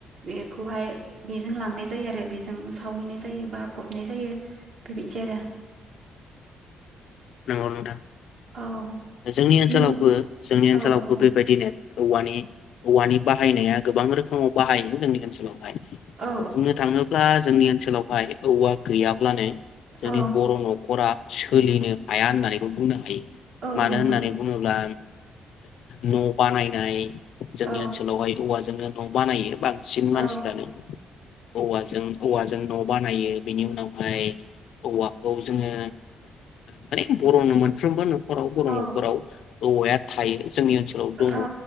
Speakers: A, on the right; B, on the left.
A: बेखौहाय बेजों लांनाय जायो आरो बेजों सावहैनाय जायो बा फबनाय जायो बेबायदि आरो
B: नोंगौ नोंथां
A: औ
B: जोंनि ओनसोलावबो
A: नों
B: जोंनि ओनसोलावबो
A: औ औ
B: बेबायदिनो औवानि औवानि बाहायनाया गोबां रोखोमाव बाहायो जोंनि ओनसोलावहाय
A: औ
B: बुंनो थाङोब्ला जोंनि ओनसोलावहाय औवा गैयाब्लानो जोंनि
A: औ
B: बर' न'खरा सोलिनो हाया होननानैबो बुंनो हायो
A: औ
B: मानो
A: नंगौ
B: होननानै बुङोब्ला न' बानायनाय जोंनि
A: औ
B: ओनसोलावहाय औवाजों जोंनो न' बानायो बा बांसिन मानसिफ्रानो
A: औ
B: औवाजों औवाजों न' बानायो बेनि उनावहाय औवाखौ जोङो माने बर'नो मोनफ्रोमबो नख'राव बर'
A: औ
B: न'खराव औवाया थायो जोंनि ओनसोलाव दङ
A: औ